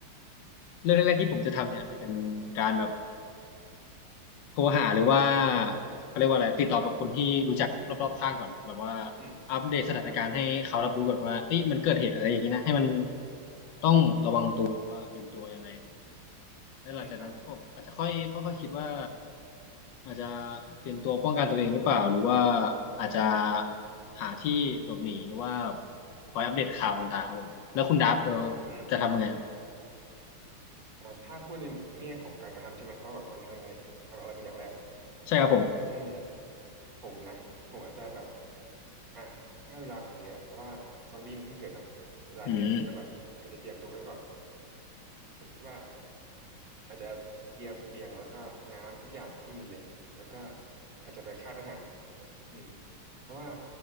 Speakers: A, on the left; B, on the right.
A: เรื่องแรกๆที่ผมจะทำเนี่ยอาจจะเป็นการแบบโทรหาหรือว่าเขาเรียกว่าอะไรติดต่อกับคนที่รู้จักรอบๆข้างก่อนแบบว่า
B: อืม
A: อัปเดตสถานการณ์ให้เขารับรู้ก่อนว่าเอ้ยมันเกิดเหตุอะไรอย่างนี้นะให้มัน
B: อ่าครับ
A: ต้องหรือว่าเตรียมตัวยังไงแล้วหลังจากนั้นผมอาจจะค่อยค่อยๆคิดว่า
B: อืมครับ
A: อาจจะเตรียมตัวป้องกันตัวเองหรือเปล่าหรือว่าอาจจะหาที่หลบหนีหรือว่าคอยอัปเดตข่าวต่างๆครับผมแล้วคุณดับเรา
B: อืม
A: จะทำยังไง
B: อ่าถ้าพูดในแง่ของการกระทำใช่ไหมว่าแบบเราทำยังไงทำอะไรเป็นอย่างแรก
A: ใช่ครับผม
B: อืมผมนะผมอาจจะแบบอ่ะถ้าเวลาผมเยอะเพราะว่าซอมบี้มันเพิ่งเกิดเนาะเวลาเยอะผมก็แบบอาจจะเตรียมตัวไว้ก่อน
A: อืม
B: ผมคิดว่า อาจจะเตรียมเสบียงแล้วก็น้ำทุกอย่างที่มีเลยแล้วก็อาจจะไปค่ายทหารอืมเพราะว่า